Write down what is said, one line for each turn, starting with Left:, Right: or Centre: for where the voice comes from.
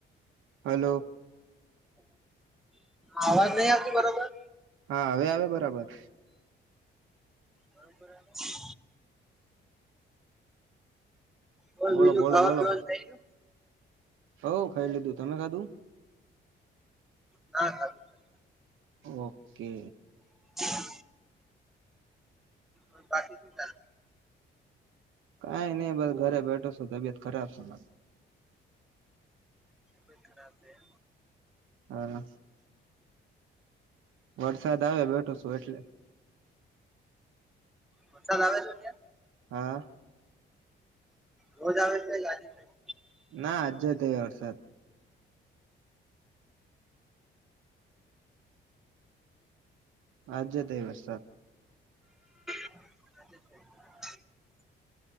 Right: હલો.
Centre: આવાજ નઈ આવતી બરોબર?
Right: હા, હવે આવે બરાબર.
Centre: બરોબર આવે? કોઈ
Right: બોલો,
Centre: બીજું
Right: બોલો,
Centre: ખાવા
Right: બોલો.
Centre: પીવાનું થઈ ગયું
Right: હવ, ખઈ લીધું. તમે ખાધું?
Centre: ના, ખાધું ખાધું.
Right: ઓકે.
Centre: <inaudible> અન, બાકી શું ચાલે?
Right: કાઈ ની બસ ઘરે બેઠો શુ, તબિયત ખરાબ શે મારી.
Centre: તબિયત ખરાબ સે એમ.
Right: હલો. વરસાદ આવે, બેઠો સુ એટલે
Centre: મસાાલ આવે છે ત્યાં.
Right: હા.
Centre: રોજ આવે કાઈ લજે ભાઈ.
Right: ના આજે તે વરસાદ આજ તે એ વરસાદ.
Centre: <inaudible>